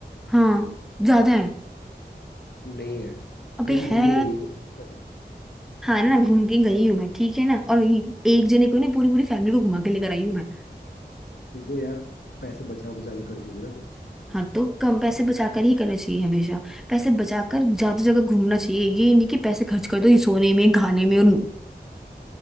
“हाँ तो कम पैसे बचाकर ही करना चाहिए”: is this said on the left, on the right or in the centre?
Centre